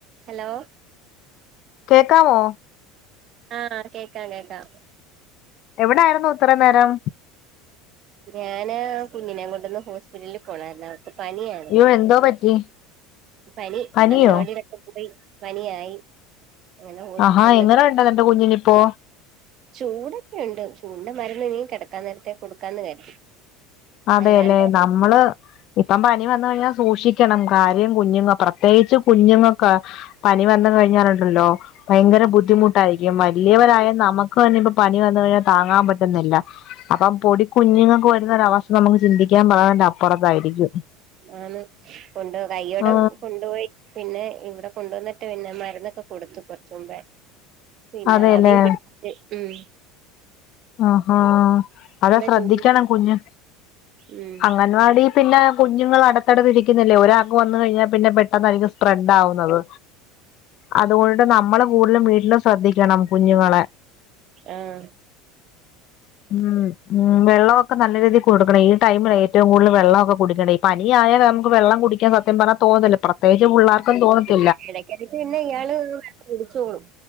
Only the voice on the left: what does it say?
കേക്കവോ?
എവിടായിരുന്നു ഇത്രേം നേരം?
യ്യോ എന്തോ പറ്റി?
പനിയോ
ആഹാ എങ്ങനെ ഉണ്ട് നിന്റെ കുഞ്ഞിനിപ്പോ
അതേ
അല്ലെ നമ്മള് ഇപ്പം പനിവന്ന് കഴിഞ്ഞ സൂക്ഷി ക്കണം കാര്യം കുഞ്ഞുങ്ങ പ്രത്യേകിച്ച് കുഞ്ഞുങ്ങക്ക പനി വന്നു കഴിഞ്ഞാലുണ്ടല്ലോ ഭയങ്കര ബുദ്ധിമുട്ടായിക്കും
വല്യവരായ നമുക്ക്ന്നെ ഇപ്പം പനിവന്നുകഴിഞ്ഞാൽ താങ്ങാം പറ്റുന്നില്ല. അപ്പം പൊടികുഞ്ഞുങ്ങക്ക് വരുന്ന ഒരവസ്ഥ നമുക്ക് ചിന്തിക്കാൻ പറന്റെ അപ്പുറത്തായിരിക്കും
ആ
അതെല്ലേ
ആഹാ അതെ ശ്രദ്ധിക്കണം
കുഞ്ഞ്
അംഗൻവാടി പിന്നെ കുഞ്ഞുങ്ങള് അടുത്തടുത്ത് ഇരിക്കുന്നല്ലേ ഒരാക്ക് വന്ന്കഴിഞ്ഞാ പിന്നെ പെട്ടെന്നായിരിക്കും സ്പ്രഡ്ഡ് ആവുന്നത്. അതുകൊണ്ട് നമ്മളെ കൂടുലും വീട്ടിലും ശ്രദ്ധിക്കണം കുഞ്ഞുങ്ങളെ
മ് മ് വെള്ളവൊക്ക നല്ല രീതിൽ കൊടുക്കണം ഈ ടൈമിലെ റ്റവും കൂടുതലെ വെള്ളഒക്കെ കുടിക്കണെ ഇ പനിയായ നമുക്ക് വെള്ളം കുടിക്കാൻ സത്യം പറഞ്ഞാൽ തോന്നത്തില്ല പ്രത്യേകിച്ച് പുള്ളാർക്കും തോന്നത്തി